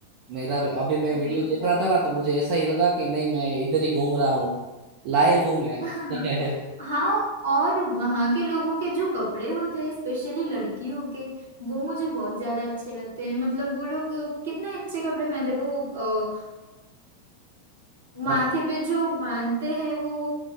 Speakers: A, on the right; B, on the right.
A: मेरा भी- अभी मैं
B: वही।
A: वीडियो देख रहा था ना तो मुझे ऐसा ही लगा कि नहीं मैं इधर ही घूम रहा हूँ लाइव हूँ मैं
B: <laughs>
A: <laughs>
B: हाँ और वहाँ के लोगों के जो कपड़े होते हैं स्पेशली लड़कियों के वो मुझे बहुत ज्यादा अच्छे लगते हैं मतलब वो लोग कितने अच्छे कपड़े पहनते हैं वो माथे
A: मतलब
B: पे जो बांधते हैं वो